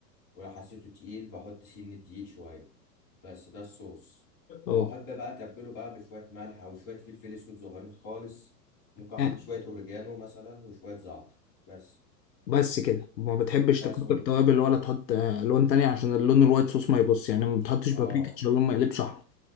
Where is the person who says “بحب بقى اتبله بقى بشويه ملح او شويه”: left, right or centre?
Left